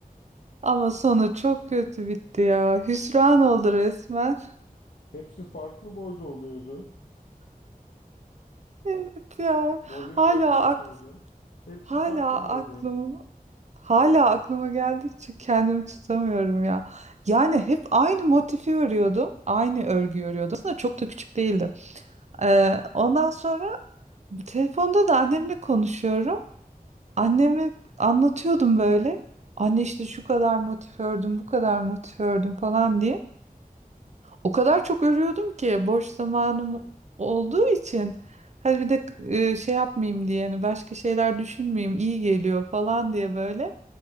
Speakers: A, on the right; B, on the left.
A: Ama sonu çok kötü bitti ya. Hüsran oldu resmen. <laughs>
B: Hepsi farklı boyda oluyordu.
A: Evet ya.
B: Modül
A: Hala
B: modül yapıyordum.
A: ak
B: Hepsi
A: hala
B: farklı boydaydı.
A: aklım hala aklıma geldikçe kendimi tutamıyorum ya. Yani hep aynı motifi örüyordum. Aynı örgü örüyordum. Aslında çok da küçük değildim. Ee, ondan sonra Telefonda da annemle konuşuyorum. Anneme anlatıyordum böyle. Anne işte şu kadar motif ördüm, bu kadar motif ördüm falan diye. O kadar çok örüyordum ki boş zamanım olduğu için. Hadi bir de e, şey yapmayayım diye, hani başka şeyler düşünmeyeyim, iyi geliyor falan diye böyle.